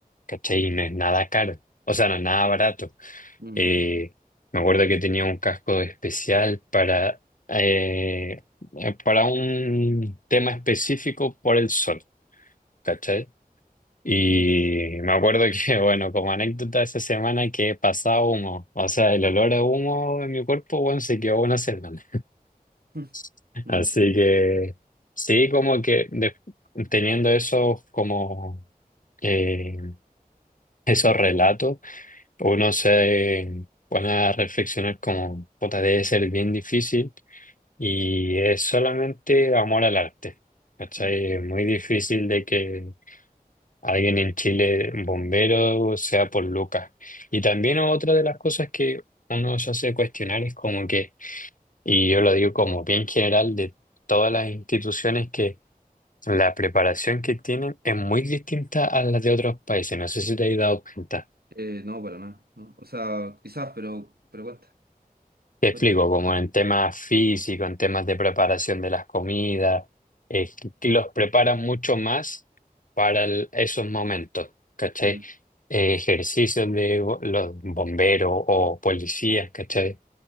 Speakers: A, on the left; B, on the right.
A: ¿cachai? Y no es nada caro, o sea, no es nada barato.
B: mm,
A: Eh, me acuerdo que tenía un casco especial para, eh, eh, para un tema específico por el sol, ¿cachai? Y me acuerdo que, <laughs> bueno, como anécdota esa semana que pasaba humo, o sea, el olor a humo en mi cuerpo, bueno, se quedó una semana.
B: mm,
A: <laughs>
B: mm,
A: Así que sí, como que de- teniendo esos como eh, esos relatos, uno se pone a reflexionar como, puta, debe ser bien difícil y es solamente amor al arte. ¿Cachai?
B: mm.
A: Es muy difícil de que Alguien en Chile, bombero, sea por Lucas. Y también otra de las cosas que uno se hace cuestionar es como que, y yo lo digo como bien general de todas las instituciones, que la preparación que tienen es muy distinta a la de otros países. No sé si te has dado cuenta.
B: Eh, no, para nada, ¿no? O sea, quizás, pero, pero cuenta,
A: Te
B: cuéntame.
A: explico, como en temas físicos, en temas de preparación de las comidas, eh, que los preparan mucho más para el- esos momentos, ¿cachai?
B: Mm.
A: Eh, ejercicios de bo- los bomberos o policías, ¿cachai?